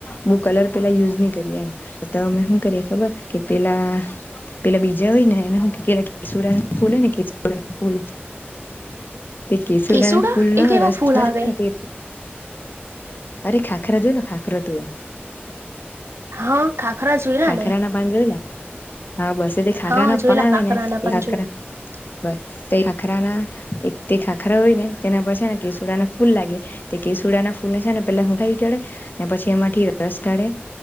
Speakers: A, on the left (about 50°); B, on the right (about 85°).
A: બો કલર પેલા યુઝ ની કરીએ એમ, તો અમે હુ કરીએ ખબર કે પેલા પેલા બીજા હોય ને હુકે પેલા કેસુડા ફૂલ હોયને કેસુડા ફૂલ તે કેસુડાના
B: કેસુડા
A: ફૂલ નો
B: એ કેવા
A: રસ
B: ફૂલ
A: બના
B: આવે
A: અરે ખાખરા જોયને ખાખરા ધોયા
B: હા ખાખરા જોઈલા
A: ખાખરા
B: ને
A: ના પાન જોયેલા હા બસ તોજે ખાખરાના
B: હા જોયેલા
A: પાન આવેને
B: ખાખરા ના
A: એ
B: પણ
A: ખાખરા
B: જોયેલા
A: બસ તોએ ખાખરાના એક તે ખાખરા હોય ને તેના પર છે ને કેસુડા ના ફૂલ લાગે તે કેસુડા ના ફૂલ ને છે પેલા હુંકા ઇકાઢે ને પછી એમાંથી રસ કાઢે